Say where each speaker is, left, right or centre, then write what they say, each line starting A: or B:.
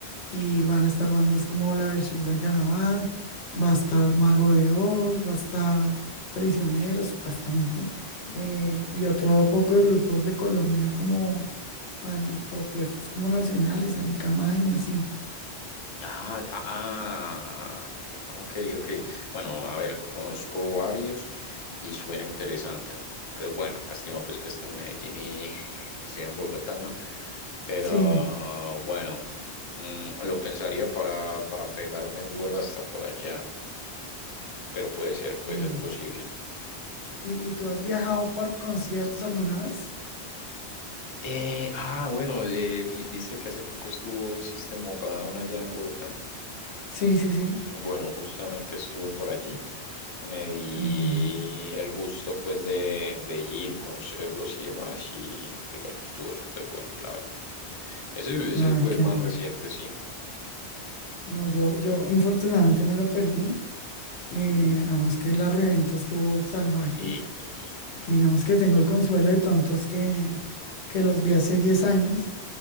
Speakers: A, on the left (about 80°); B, on the left (about 40°).
A: y van a estar bandas como La Versus Bergarabat, va a estar Mago de Oz, va a estar Prisioneros, supuestamente eh,
B: Ah.
A: y otro poco de grupos de Colombia como eh, propuestas como nacionales, Alicamain y así.
B: Ah, ah, ah, ah, ah, ok, ok. Bueno, a ver, conozco varios y suena interesante. Eh, bueno, lástima pues que esté en Medellín y, <laughs> y sea en Bogotá, ¿no? Pero
A: Sí,
B: bueno, mm, lo pensaría para, para pegarme el vuelo hasta por allá, pero puede ser,
A: sí.
B: puede ser posible.
A: ¿Y, y tú has viajado por conciertos alguna vez?
B: Eh, ah, bueno, eh, fi- viste que hace poco estuvo System of a Down allá en Bogotá.
A: Sí, sí, sí.
B: Bueno, justamente estuve por allí. Me di
A: Ujú.
B: el gusto pues de, de ir, conocerlos y demás. Y pues bueno, estuvo súper bueno, la verdad. Ese, ese
A: Ay,
B: fue
A: qué
B: el más
A: nota.
B: reciente, sí.
A: No, yo, yo infortunadamente me lo perdí. Eh, además que la reventa estuvo salvaje.
B: <laughs>
A: Digamos que tengo el consuelo de tontos que, que los vi hace 10 años